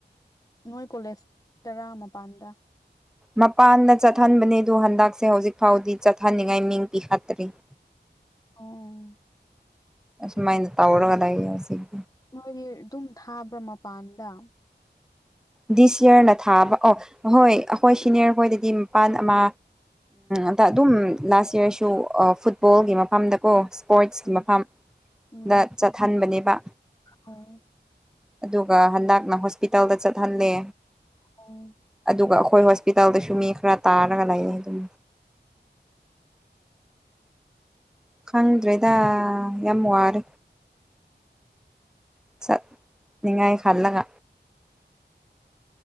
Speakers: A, on the left; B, in the centre.
A: ꯅꯣꯏ ꯀꯣꯂꯦꯖ ꯇꯔꯥ ꯃꯄꯥꯟꯗ
B: ꯃꯄꯥꯟꯗ ꯆꯠꯍꯟꯕꯅꯦ ꯑꯗꯨ ꯍꯟꯗꯛꯁꯦ ꯍꯧꯖꯤꯛ ꯐꯥꯎꯗꯤ ꯆꯠꯍꯟꯅꯤꯡꯉꯥꯏ ꯃꯤꯡ ꯄꯤꯈꯠꯇ꯭ꯔꯤ <unintelligible>
A: ꯎꯝ
B: ꯑꯁꯃꯥꯏꯟꯗ ꯇꯧꯔꯒ ꯂ ꯁꯤꯗꯤ
A: ꯃꯅꯤ ꯑꯗꯨꯝ ꯊꯥꯕ꯭ꯔꯥ ꯃꯄꯥꯟꯗ
B: ꯗꯤꯁ ꯌꯔꯅ ꯊꯥꯕ ꯑꯣ ꯍꯣꯏ ꯑꯩꯈꯣꯏ ꯁꯤꯅꯤꯌꯔ ꯍꯣꯏꯗꯗꯤ ꯃꯄꯥꯟ ꯑꯃ ꯑꯗ ꯑꯗꯨꯝ ꯂꯥꯁ ꯌꯔꯁꯨ ꯐꯨꯠꯕꯣꯜꯒꯤ ꯃꯐꯝꯗꯀꯣ ꯏꯁꯄꯣꯏꯠꯁꯀꯤ
A: ꯎꯝ
B: ꯃꯐꯝꯗ
A: ꯎꯝ
B: ꯆꯠꯍꯟꯕꯅꯦꯕ
A: ꯑꯣ
B: ꯑꯗꯨꯒ ꯍꯟꯗꯛꯅ ꯍꯣꯁꯄꯤꯇꯥꯜꯗ ꯆꯠꯍꯜꯂꯦ
A: ꯑꯣ
B: ꯑꯗꯨꯒ ꯑꯩꯈꯣꯏ ꯍꯣꯁꯄꯤꯇꯥꯜꯗꯁꯨ ꯃꯤ ꯈꯔ ꯇꯥꯔꯒ ꯂꯩꯌꯦꯦ ꯑꯗꯨꯝ ꯈꯪꯗ꯭ꯔꯦꯗ ꯌꯥꯝ ꯋꯥꯔꯦ ꯆ ꯅꯤꯡꯉꯥꯏ ꯈꯂꯒ